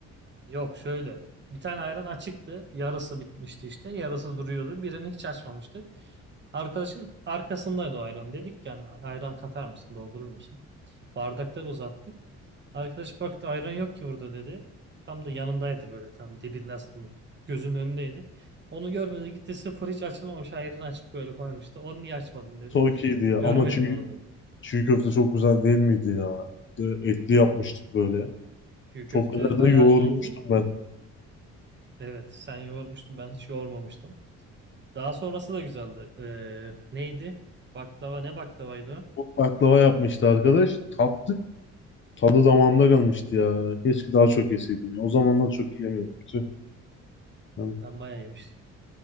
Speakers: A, on the right; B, on the left.
A: Yok şöyle. Bir tane ayran açıktı. Yarısı bitmişti işte. Yarısı duruyordu. Birini hiç açmamıştık. Arkadaşın arkasındaydı o ayran. Dedik yani ayran katar mısın, doldurur musun? Bardaklar uzattık. Arkadaş baktı ayran yok ki burada dedi. Tam da yanındaydı böyle tam dibinde aslında gözün önündeydi. Onu görmedi gitti sıfır hiç açılmamış ayranı açıp böyle koymuştu. Onu niye açmadın dedi.
B: Soğukiydi diye
A: Görmedim
B: ama çiğ,
A: onu dedi.
B: çiğ köfte çok güzel değil miydi ya? E, Etli yapmıştık böyle.
A: Çiğ köfte
B: Çok güzel
A: bayağı
B: de yoğurmuştum
A: iyiydi.
B: ben.
A: Evet sen yoğurmuştun ben hiç yoğurmamıştım. Daha sonrası da güzeldi. Ee, neydi? Baklava ne baklavaydı o?
B: Baklava yapmıştı arkadaş. Tattık Tadı damağımda kalmıştı ya. Keşke daha çok yeseydim ya. O zamanlar çok yiyemiyordum. Tüh. Yani
A: Ben bayağı yemiştim.